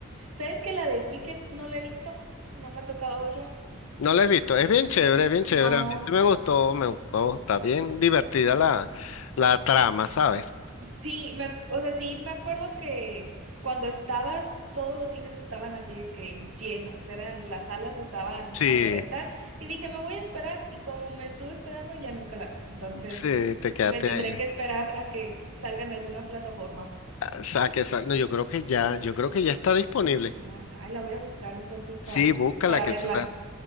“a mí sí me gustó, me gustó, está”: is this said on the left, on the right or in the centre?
Left